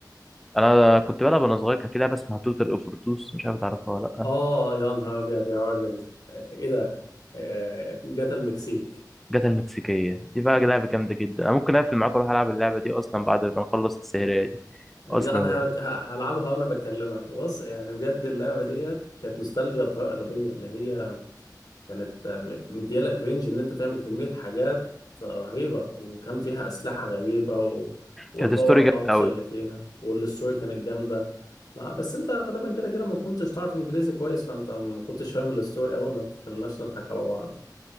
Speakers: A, in the centre; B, on the left (about 65°).
A: أنا كنت بلعب وأنا صغير كان في لعبة اسمها توتال أوفرتوس مش عارف تعرفها ولا لأ
B: آه يا نهار أبيض يا راجل آه، إيه ده؟ آه، جت المكسيك
A: جاتا المكسيكية دي بقى لعبة جامدة جدا أنا ممكن أقفل معاك وأروح ألعب اللعبة دي أصلا بعد ما نخلص السهرية دي
B: لا
A: أصلا
B: أنا
A: يعني
B: هك- ه- هلعبها وأنا بكلمك بص يعني بجد اللعبة ديت كانت نوستالجيا بطريقة غبية اللي هي كانت آه، مديالك رينج ان انت تعمل كمية حاجات رهيبة وكان فيها اسلحة غريبة و...
A: <laughs>
B: والباور
A: كانت ستوري جامدة
B: ابز
A: أوي
B: اللي فيها والستوري كانت جامدة ما بس انت غالبا كده كده ما كنتش تعرف انجليزي كويس فانت ما كنتش فاهم الستوري قوي ما تخليناش نضحك على بعض